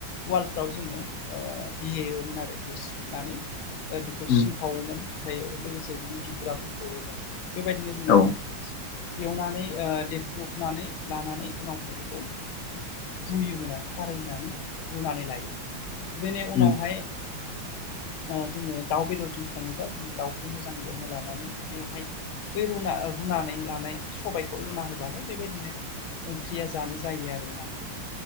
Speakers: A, on the left; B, on the left.
A: वालफ्राव जोङो ओ देयेमोन आरो देसुनानै ओ बेखौ
B: उम,
A: सिंखावोमोन ओमफ्रायो लोगोसे बिनि बिगुराबो गयोमोन बेबायदिनो जोङो
B: औ
A: एवनानै ओ देख्रुबनानै लानानै उनावहाय बेखौ जोयोमोना खारै होनानै रुनानै लायो बिनि उनावहाय
B: उम,
A: ओ जोङो दाउ बेदरजों सङोब्ला जोङो दाउखौ मोजां एवना लानानै बेवहाय बै रुना रुनानै लानाय सबायखौ रुना होबानो बेबायदिनो ओंख्रिया जानो जायो आरो उनावहाय